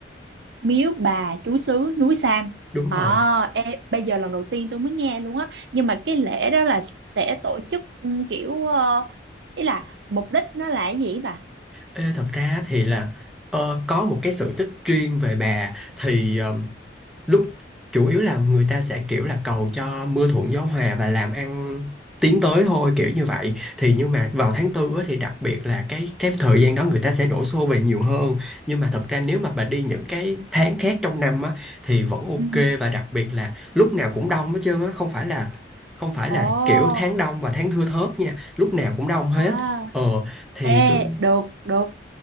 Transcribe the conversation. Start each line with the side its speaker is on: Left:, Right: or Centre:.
Right: miếu bà chúa xứ núi Sam
Centre: đúng
Right: à,
Centre: rồi
Right: ê, bây giờ lần đầu tiên tôi mới nghe luôn á nhưng mà cái lễ đó là sẽ tổ chức ừ, kiểu ờ, ý là mục đích nó là cái gì ấy bà
Centre: Ê, thật ra thì là ờ, có một cái sự tích riêng về bà thì ờ, lúc chủ yếu là người ta sẽ kiểu là cầu cho mưa thuận gió hòa và làm ăn tiến tới thôi kiểu như vậy thì nhưng mà vào tháng tư á, thì đặc biệt là cái cái thời gian đó người ta sẽ đổ xô về nhiều hơn nhưng mà thật ra nếu mà bà đi những cái tháng khác trong năm á thì vẫn ok
Right: Ừ.
Centre: và đặc biệt là lúc nào cũng đông hết trơn á không phải là không phải
Right: ồ
Centre: là kiểu tháng đông và tháng thưa thớt nha lúc nào cũng đông hết
Right: à
Centre: ờ thì
Right: ê
Centre: tôi
Right: được được